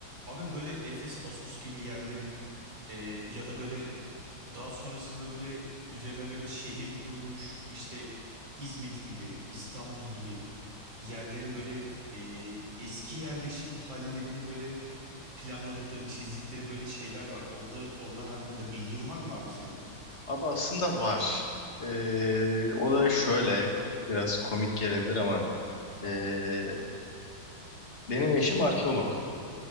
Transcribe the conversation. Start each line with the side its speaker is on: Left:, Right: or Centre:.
Right: Abi böyle Efes, Assos gibi yerlerin e, ya da böyle daha sonrasında böyle üzerine böyle şehir kurulmuş işte İzmit gibi, İstanbul gibi yerlerin böyle e, eski yerleşim hallerini böyle planladıkları, çizdikleri böyle şeyler var. Onlar onlar hakkında bilgin var mı abi senin?
Left: Abi aslında var. Ee, o da şöyle biraz komik gelebilir ama ee, benim eşim arkeolog.